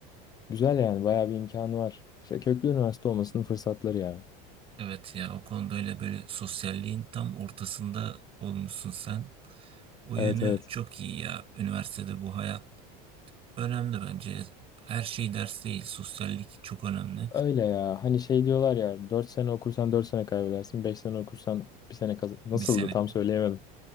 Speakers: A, on the left (about 20°); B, on the right (about 25°).
A: Güzel yani bayağı bir imkanı var. İşte köklü üniversite olmasının fırsatları ya.
B: Evet ya o konu böyle böyle sosyalliğin tam ortasında olmuşsun sen. O yönü
A: Evet evet.
B: çok iyi ya. Üniversitede bu hayat önemli bence. Her şey ders değil. Sosyallik çok önemli.
A: Öyle ya. Hani şey diyorlar ya 4 sene okursan 4 sene kaybedersin. 5 sene okursan bir sene kaz... Nasıldı
B: Bir sene
A: tam söyleyemedim.